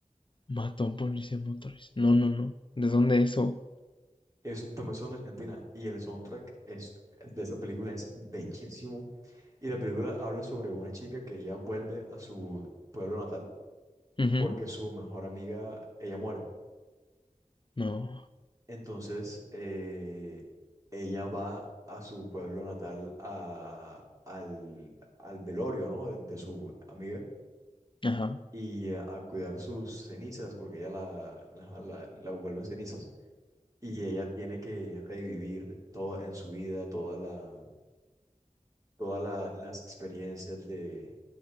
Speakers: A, on the left (about 40°); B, on the right (about 25°).
A: mató a un policía de motores. No, no, no. ¿De dónde eso?
B: Es un también son de Argentina y el soundtrack es, de esa película es bellísimo. Y la película habla sobre una chica que ella vuelve a su pueblo natal
A: Ujú,
B: porque su mejor amiga, ella muere.
A: no,
B: Entonces, eh, ella va a su pueblo natal a, al, al velorio, ¿no? de de su amiga
A: ajá,
B: y a, a cuidar sus cenizas, porque ella la, la, la- la vuelve en cenizas, y ella tiene que revivir todo en su vida, toda la, todas la- las experiencias de,